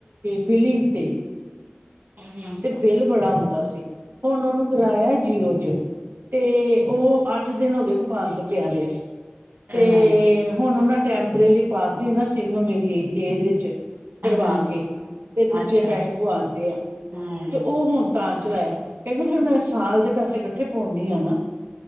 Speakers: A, on the right; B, on the right.
A: ਬੀਲਿੰਗ ਤੇ।
B: ਹੂੰ
A: ਤੇ ਬਿੱਲ ਬੜਾ ਆਉਂ ਅਸੀਂ ਹੁਣ ਉਹਨੂੰ ਕਰਾਇਆ ਜੀਓ ਚ ਤੇ ਉਹ ਅੱਠ ਦਿਨ ਹੋ ਗਏ ਦੁਕਾਨ ਤੇ ਪਿਆ ਰਿਹਾ। ਤੇ
B: ਹੂੰ
A: ਹੁਣ ਉਹਨਾਂ ਟੈਂਪਰੇਲੀ ਪਾਤੀ ਨਾ ਸਿਮ ਮੇਰੀ ਏਦੇ ਚ ਕਰਵਾ
B: ਹੂੰ
A: ਕੇ ਤੇ ਦੂਜੇ
B: ਅੱਛਾ
A: ਪੈਸੇ ਪੁਆਤੇ ਆ
B: ਹੂੰ
A: ਤੇ ਉਹ ਹੁਣ ਤਾਂ ਚਲਾਇਆ। ਕਹਿੰਦੇ ਫੇਰ ਮੈਂ ਸਾਲ ਦੇ ਪੈਸੇ ਇਕੱਠੇ ਪਵਾਉਣੀ ਆ ਨਾ।